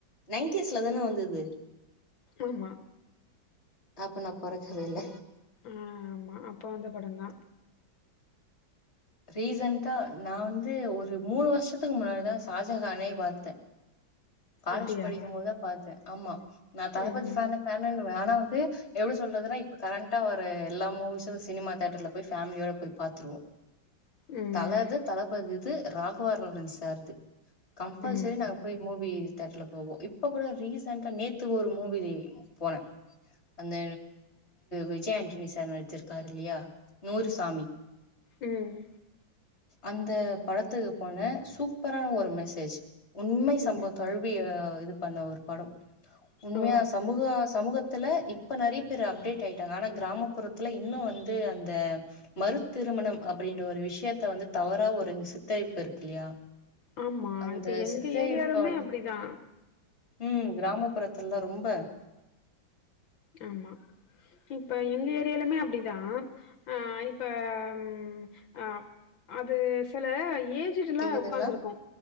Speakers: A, on the left; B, on the left.
A: நை டீஸ்ல தானே வந்தது
B: ஆமா
A: அப்ப நா பொறக்கவே இல்ல
B: ஆமா அப்ப வந்த படம்தா
A: ரீசண்டா நா வந்து ஒரு மூணு வருஷத்துக்கு முன்னாடிதா ஷாஜகானே பாத்தே காலேஜ்
B: அப்டியா?
A: படிக்கு போதா பாத்தே ஆமா நா தளபதி
B: ம்
A: ஃபேன் ஃபேன்னுவ ஆனா ந்து எப்டி சொல்றதுனா இப்ப கரண்டா வர எல்லா மூவிஸும் சினிமா தேட்டர்ல போய் ஃபேமிலியோட போய் பாத்துருவோ
B: ம்
A: தலது தளபதிது ராகவா லாரன்ஸ் சார்து கம்பல்சரி
B: ம்
A: நாங்க போய் மூவி தேட்டர்ல போவோ இப்ப கூட ரீசெண்டா நேத்து ஒரு மூவி போனே அந்த விஜய் ஆண்டனி சார் நடிச்சிருக்காரு இல்லியா நூறு சாமி
B: ம்
A: அந்த படத்துக்கு போன சூப்பரான ஒரு மெசேஜ் உண்மை சம்ப
B: ம்
A: தழுவிய இது பண்ண ஒரு படம் உண்மையா
B: ஓ
A: சமூகா சமூக த்துல இப்ப நெறைய பேரு அப்டேட் ஆயிட்டாங்க ஆனா கிராமப்புறத்துல இன்னு வந்து அந்த மறு திருமணம் அப்டின்ற ஒரு விஷ்யத்த வந்து தவறா ஒரு சித்தரிப்பு இருக்கு இல்லியா
B: ஆமா
A: அந்த
B: இப்ப எங்க
A: சித்தரிப்ப
B: ஏரியாலுமே
A: வந்து
B: அப்டிதான்.
A: ம் கிராம புறத்துல்லா ரொம்ப
B: ஆமா இப்ப எங்க ஏரியாலுமே அப்டிதா ஆ இப்ப ம் ம் ஆ அது செல ஏஜுட்டெல்லா
A: கேக்குதுங்களா
B: உக்காந்துருக்கு